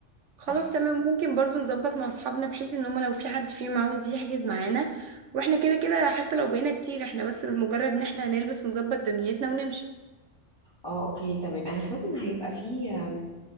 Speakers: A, on the right; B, on the left.
A: خلاص
B: صح
A: تمام ممكن برضو نظبط مع اصحابنا بحيث ان هما لو في حد فيهم عاوز يحجز معانا واحنا كده كده حتى لو بقينا كتير احنا بس بمجرد ان احنا هنلبس ونظبط دنيتنا ونمشي
B: اه اوكي تمام انا سمعت ان هيبقى في أم،